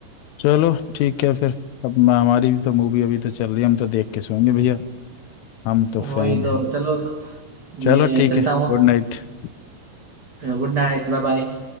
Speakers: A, on the left; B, on the right.
A: चलो, ठीक है फिर अब मैं- हमारी भी तो मूवी अभी तो चल रही है हम तो देख के सोएंगे भैया हम तो फैन
B: वही तो
A: हैं
B: चलो
A: चलो
B: मैं
A: ठीक
B: चलता
A: है
B: हूँ
A: Good night
B: Good night bye bye